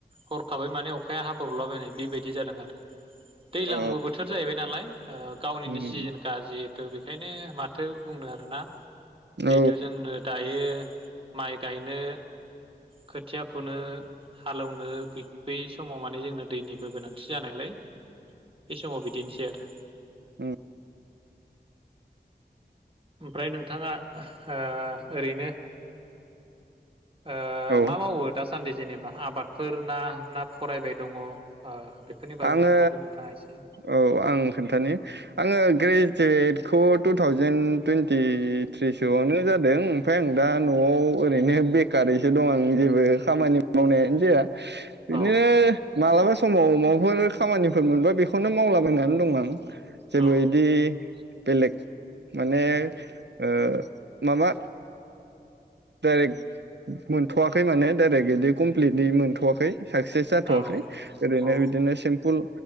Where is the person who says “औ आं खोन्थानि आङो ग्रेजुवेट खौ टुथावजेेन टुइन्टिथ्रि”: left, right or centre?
Right